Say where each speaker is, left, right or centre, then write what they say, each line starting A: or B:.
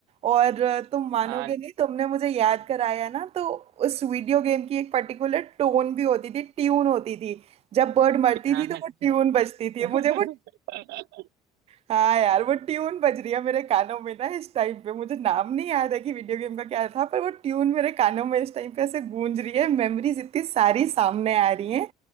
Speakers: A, on the right; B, on the right.
A: और अ, तुम मानोगे
B: हाँ
A: नहीं तुमने मुझे याद कराया ना तो उस वीडियो गेम की एक पर्टिकुलर टोन भी होती थी ट्यून होती थी जब बर्ड मरती
B: हाँ
A: थी तो
B: हाँ।
A: वो ट्यून बजती थी
B: <laughs>
A: मुझे वो हाँ यार वो ट्यून बज रही है मेरे कानों में ना इस टाइम पे मुझे नाम नहीं याद है कि वीडियो गेम का क्या था पर वो ट्यून मेरे कानों में इस टाइम पे ऐसे गूंज रही है मेमोरीज इतनी सारी सामने आ रही हैं